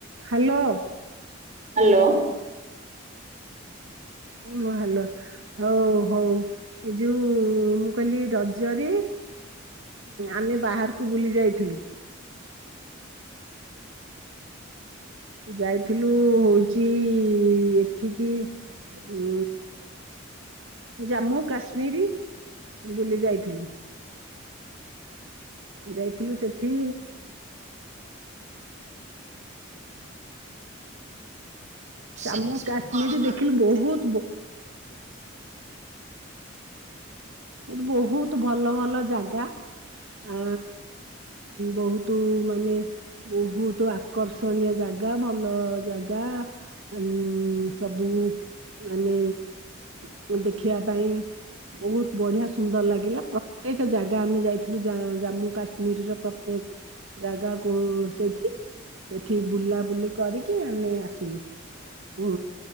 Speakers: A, on the right (about 70°); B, on the right (about 35°).
A: Hello.
B: Hello.
A: ହୁଁ ହଁ hello. ହଉ ହଉ ଏ ଯୋଉ ମୁଁ କହିଲି ରଜରେ ଆମେ ବାହାରକୁ ବୁଲି ଯାଇଥିଲୁ। ଯାଇଥିଲୁ ହଉଚି ଏଠିକି ଉ ଜାମ୍ମୁ କାଶ୍ମୀର ବୁଲି ଯାଇଥିଲୁ। ଯାଇଥିଲୁ ସେଠି
B: ସେଠି
A: ଜାମ୍ମୁ
B: ସବୁ
A: କାଶ୍ମୀର
B: କଣ କଣ
A: ଦେଖିଲି ବହୁତ ସେଇଠି ବହୁତ ଭଲ ଭଲ ଜାଗା। ଆ ବହୁତ ମାନେ ବହୁତ ଆକର୍ଷଣୀୟ ଜାଗା ଭଲ ଜାଗା ଆ ଉଁ ଉଁ ଉଁ ସବୁ ମାନେ ମୁଁ ଦେଖିବା ପାଇଁ ବହୁତ ବଢିଆ ସୁନ୍ଦର ଲାଗିଲା ପ୍ରତ୍ୟେକ ଜାଗା ଆମେ ଯାଇଥିଲୁ ଜାମ୍ମୁ କାଶ୍ମୀରର ପ୍ରତ୍ୟେକ ଜାଗା କୁ ସେଇଠି ସେଠି ବୁଲାବୁଲି କରିକି ଆମେ ଆସିଲୁ। ଉଁ